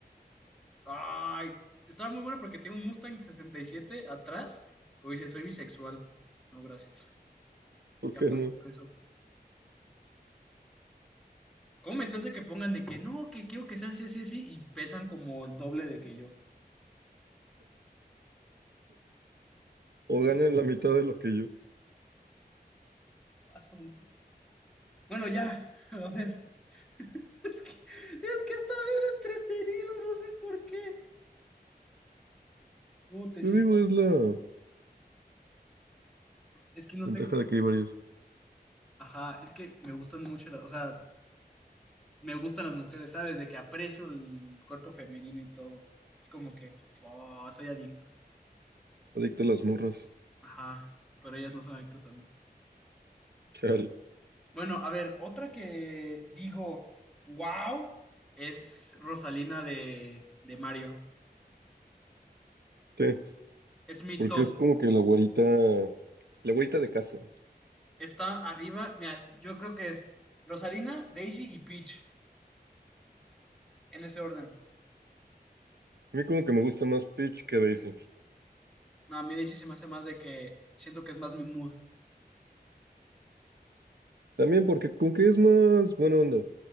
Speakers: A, in the centre; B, on the right.
A: Ay, estaba muy bueno porque tiene un Mustang 67 atrás, pero dice, soy bisexual. No, gracias.
B: ¿Por
A: Ya
B: qué
A: pasa
B: no?
A: por eso. ¿Cómo me hace que pongan de que no, que quiero que sea así, así, así, y pesan como el doble de que yo?
B: O ganan la mitad de lo que yo.
A: Ah, está bonito. Bueno, ya, <laughs> a ver. <laughs> Es que, es que está bien entretenido, no sé por qué. No, te hiciste-
B: Yo digo, es la
A: Es que no
B: ventaja
A: sé qué.
B: de que hay varios.
A: Ajá, es que me gustan mucho las, o sea, me gustan las mujeres, ¿sabes? De que aprecio el cuerpo femenino y todo. Es como que, fo, soy adicto.
B: Adicto a las morras.
A: Ajá, pero ellas no son adictas a mí.
B: Chale.
A: Bueno, a ver, otra que digo, wow, Es Rosalina de, de Mario.
B: Sí.
A: Es mi
B: porque
A: top.
B: es como que la güerita, la güerita de casa. A
A: Está arriba, mira, yo creo que es Rosalina, Daisy y Peach, en ese orden.
B: mí como que me gusta más Peach que Daisy.
A: No, a mí Daisy se me hace más de que siento que es más mi mood.
B: También porque con que es más buena onda.